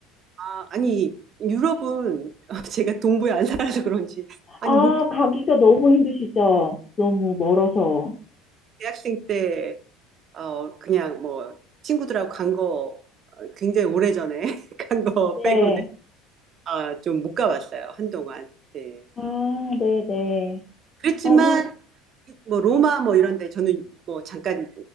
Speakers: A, on the right; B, on the left.
A: 아, 아니 유럽은 <laughs> 제가 동부에 안 살아서 그런지 아니
B: 아,
A: 뭐
B: 가기가 너무 힘드시죠? 너무 멀어서.
A: 대학생 때 어, 그냥 뭐 친구들하고 간거 어, 굉장히 오래전에 <laughs> 간 거
B: 네.
A: 빼고는 아, 좀 못 가봤어요. 한동안. 네.
B: 아, 네네.
A: 그랬지만
B: 어, 그,
A: 뭐 로마 뭐 이런 데 저는 뭐 잠깐